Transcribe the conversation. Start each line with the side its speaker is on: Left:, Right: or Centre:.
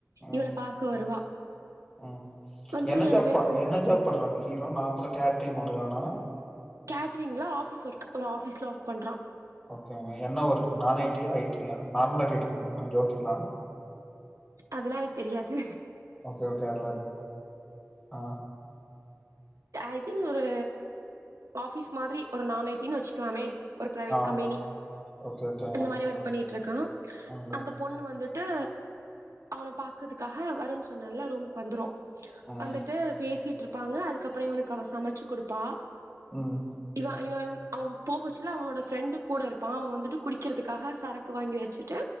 Left: ம்
Right: இவன பாக்க வருவா
Left: ம்
Right: வந்துட்டு
Left: என்ன
Right: ரெண்டு
Left: ஜாப்ப
Right: பேரும் கொஞ்ச
Left: என்ன ஜாப்படுறாங்க ஹீரோ நார்மலா கேட்ரிங் ஒண்ணுதானா
Right: கேட்ரிங்ல ஆபிஸ் ஒர்க் ஒரு ஆபிஸ்ல ஒர்க் பண்றா
Left: ஓகேங்க என்ன ஒர்க் நா ஐ டி யா ஐ டி யா நார்மலா கேட்டிருக்கன்னா ஜோக்கில்லா
Right: அதெல்லாம் எனக்கு தெரியாது
Left: ஓகே ஓகே அதுலரு ஆ
Right: ஐ திங்க் ஒரு ஆபிஸ் மாத்ரி ஒரு நா ஜ டி ன்னு வச்சுக்கிலாமே ஒரு பிரைவேட்
Left: ஆ
Right: கம்பெனி
Left: ஓகே ஓகேங்க
Right: இந்த மாரி ஒர்க்
Left: ஆ
Right: பண்ணிட்டு இருக்கா
Left: ஆங்க
Right: அந்த பொண்ணு வந்துட் டு அவன பாக்கறதுக்காக வருண் சொன்னல்ல ரூம்க்கு வந்துரு
Left: ம்
Right: வந்துட்டு பேசிட்டு இருப்பாங்க அதுக்கப்றோ இவ்னுக்கு அவ சமச்சு குடுப்பா
Left: ம்
Right: இவ இவன்க் அவ போகச்சுல அவனோட ஃப்ரெண்டு கூட இருப்பா அவ வந்துட்டு குடிக்கிறதுக்காக சரக்கு வாங்கி வச்சுட்டு